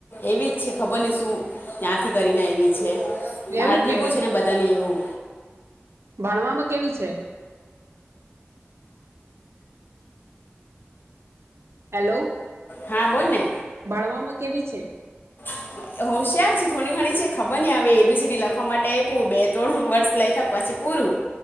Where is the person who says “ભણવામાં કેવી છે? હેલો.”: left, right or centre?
Right